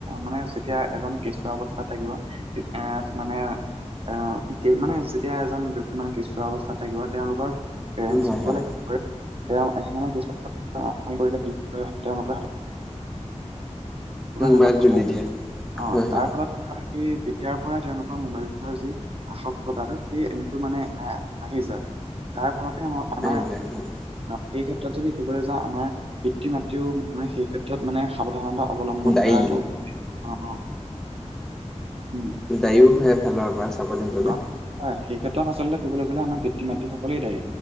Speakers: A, on the right; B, in the centre.
A: মানে যেতিয়া এজন কেঁচুৱা অৱস্থাত থাকিব তেতিয়াছ মানে এ, মানে যেতিয়া এজন ব্যক্তি মানে কেঁচুৱা অৱস্থাত থাকিব তেওঁলোকৰ পেৰেন্টছসকলে
B: হয় হয়
A: কি কৰে তেওঁ এ, মানে কিছু <unintelligible> তেওঁলোকৰ
B: মোবাইল
A: হাতত
B: তুলি দিয়ে
A: <unintelligible> অ',
B: হয় হয়
A: তাৰ ফলত কি কয় সেই তেতিয়াৰ পৰাই তেওঁলোকৰ মোবাইলৰ যি আসক্ততাটো সেইটো মানে আহ আহি যায়। তাৰ ফলতে আম-আমাৰ
B: আহি যায় হয়
A: সেই ক্ষেত্ৰত যদি কবলৈ যাওঁ, আমাৰ পিতৃ-মাতৃও মানে সেই ক্ষেত্ৰত মানে সাৱধানতা অৱলম্বন
B: দায়ী
A: কৰাটো অ', অ', উম।
B: দায়ীও হয় এফালৰ পৰা চাবলৈ গ'লে।
A: অ হয়, সেই ক্ষেত্ৰত আচলতে কবলৈ গ'লে আমাৰ পিতৃ মাতৃ সকলেই দায়ী।